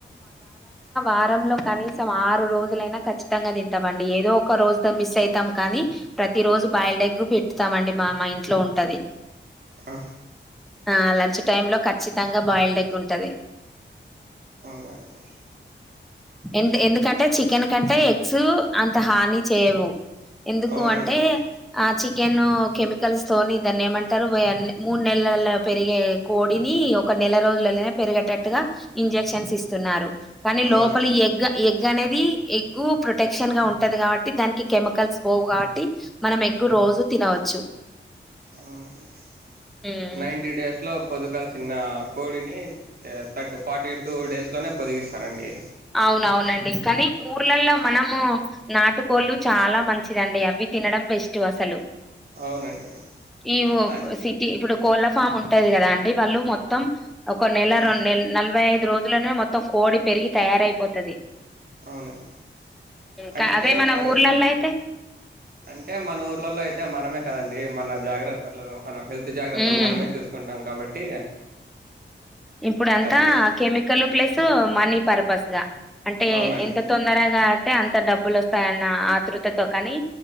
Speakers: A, in the centre; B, on the right.
A: వారంలో కనీసం ఆరు రోజులైనా ఖచ్చితంగా తింటామండి ఏదో ఒక రోజుతో మిస్ అయితాం కానీ ప్రతి రోజు బయిల్ద్ ఎగ్ పెట్టుతామండి మా మా ఇంట్లో ఉంటది
B: ఆ
A: ఆ లంచ్ టైమ్ లో ఖచ్చితంగా బాయిల్డ్ ఎగ్ ఉంటది
B: అవునా అండి
A: ఎ ఎందుకంటే చికెన్ కంటే ఎగ్స్ అంత హాని చేయవు ఎందుకు
B: అవునండి
A: అంటే ఆ చి చికెన్ కెమికల్స్ తోని దాన్ని ఏమంటారు మూడు నెలల్లో పెరిగే కోడిని ఒక నెల రోజులలోనే పెరిగేటట్టుగా ఇంజక్షన్స్ ఇస్తున్నారు కానీ
B: అవునండి
A: లోపల ఎగ్ ఎగ్ అనేది ఇది ఎగ్ ప్రొటెక్షన్ గా ఉంటది కాబట్టి దానికి కెమికల్స్ పోవు కాబట్టి మనం ఎగ్ రోజు తినవచ్చు
B: అవునండి
A: హ్మ్.
B: నైటీ డేస్ లో పొద్గల్చిన తిన్న కోడిని ఫార్టీ టూ డేస్ లోనే పొదిగిస్తారండి
A: అవునవును అండి కానీ ఊర్లలో మనము నాటు కోళ్ళు చాలా మంచిది అండి అవి తినడం బెస్ట్ అసలు
B: అవునండి
A: ఈ ఓ
B: అన్
A: సిటీ ఇప్పుడు కోళ్ళ ఫామ్ ఉంటది కదా అండి వాళ్ళు మొత్తం ఒక నెల
B: అవును
A: రెండు నలభై ఐదు రోజుల్లోనే మొత్తం కోడి పెరిగి తయారైపోతది
B: అవునండి. అంటే
A: కా అదే మన
B: అవి
A: ఊర్లలో అయితే
B: అంటే మన ఊర్లలో అయితే మనమే కదండి మన జాగ్రత్తలు మన హెల్త్ జాగ్రత్తలు
A: ఉమ్
B: మనమే చూసుకుంటాం కాబట్టి
A: ఇప్పుడ
B: అలా
A: అంతా
B: చేస్తాం.
A: కెమికల్ ప్లస్ మనీ పర్పస్ గా అంటే
B: అవునండి.
A: ఎంత తొందరగా వస్తే అంత డబ్బులు వస్తాయన్న ఆతృతతో కానీ